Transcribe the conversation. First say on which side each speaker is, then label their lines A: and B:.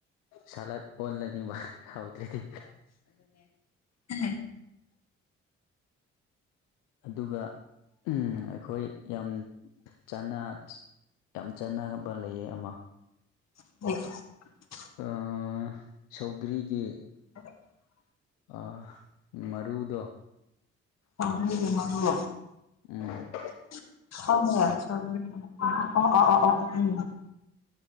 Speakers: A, on the left (about 85°); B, on the left (about 60°).
A: ꯁꯂꯥꯗ ꯑꯣꯜꯂꯅꯤꯕ ꯍꯥꯎꯗ꯭ꯔꯗꯤ
B: ꯎꯝ
A: ꯑꯗꯨꯒ ꯎꯝ ꯑꯩꯈꯣꯏ ꯌꯥꯝ ꯆꯥꯅ ꯌꯥꯝ ꯆꯥꯟꯅꯕ ꯂꯩꯌꯦ ꯑꯃ
B: <unintelligible>
A: ꯑ ꯁꯧꯒ꯭ꯔꯤꯗꯤ
B: <inaudible>
A: ꯑ ꯃꯔꯨꯗꯣ
B: ꯑꯍꯨꯝꯒꯤ ꯃꯔꯨ
A: ꯎꯝ
B: <unintelligible>